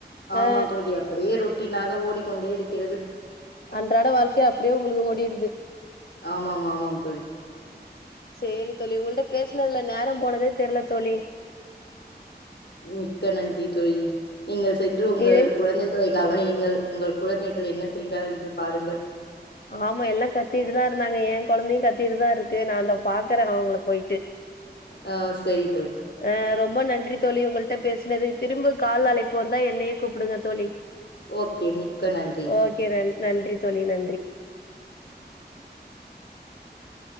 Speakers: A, on the left; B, on the left.
A: ஆமா
B: அ
A: தோழி அப்படியே ரொட்டீனாக ஓடிக்கொண்டே இருக்கிறது
B: அன்றாட வாழ்க்கை அப்டியே உங்ளுக்கு ஓடிடுது
A: ஆமாம் ஆமாம் தோழி
B: சேரி தோழி உங்கள்ட பேசுனதுல நேரம் போனதே தெர்ல தோழி
A: மிக்க நன்றி தோழி நீங்கள் சென்று உங்கள்
B: இதே
A: குழந்தை உங்களை கவனியுங்கள் உங்கள் குழந்தைகள் என்ன செய்கிறார் என்று பாருங்கள்
B: ஆமா எல்லா கத்திட்டுதா இருந்தாங்க எ குழந்தையு கத்திட்டுதா இருக்கு நா அதோ பாக்கறே அவுங்கள போயிட்டு
A: ஆ செரி
B: அ ரொம்ப நன்றி தோழி உங்கள்ட பேசுனது திரும்ப கால் அழைப்பு வந்தா என்னையே கூப்புடுங்க தோழி
A: ஓகே மிக்க நன்றி
B: ஓகே நன் நன்றி தோழி நன்றி